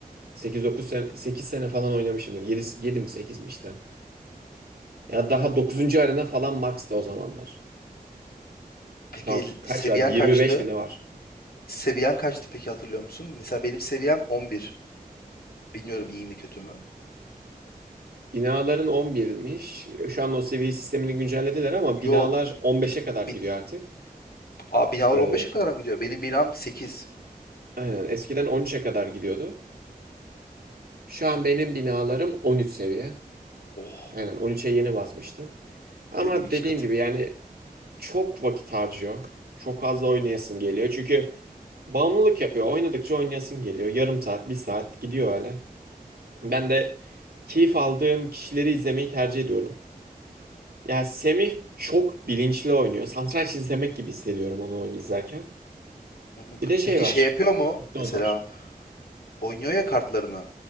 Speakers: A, on the right; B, on the left.
A: sekiz dokuz sene, 8 sene falan oynamışımdır. Yedi 7 mi 8 mi işte. Ya daha dokuzuncu
B: Oo.
A: arena falan max da o zamanlar.
B: Peki
A: Şu an kaç
B: seviyen
A: var? 25
B: kaçtı?
A: mi ne var?
B: Seviyen kaçtı peki hatırlıyor musun? Mesela benim seviyem 11. Bilmiyorum iyi mi kötü mü?
A: Binaların 11'miş. Şu an o seviye sistemini güncellediler ama
B: Yok.
A: binalar on beşe
B: Bi,
A: kadar
B: bi,
A: gidiyor artık.
B: Aa, binalar
A: Ee,
B: 15'e kadar mı gidiyor? Benim binam 8.
A: Aynen eskiden 13'e kadar gidiyordu. Şu an benim binalarım 13 seviye.
B: Oh.
A: Aynen 13'e yeni basmıştım. Ama
B: Benim iki
A: dediğim
B: katım.
A: gibi yani çok vakit harcıyor. Çok fazla oynayasın geliyor. Çünkü bağımlılık yapıyor. Oynadıkça oynayasın geliyor. Yarım saat, bir saat gidiyor öyle. Ben de keyif aldığım kişileri izlemeyi tercih ediyorum. Yani Semih çok bilinçli oynuyor. Satranç izlemek gibi hissediyorum onu oyun izlerken.
B: Hı hı.
A: Bir de şey
B: Peki
A: var.
B: şey yapıyor mu?
A: Hipnoz
B: Mesela
A: var.
B: oynuyor ya kartlarını.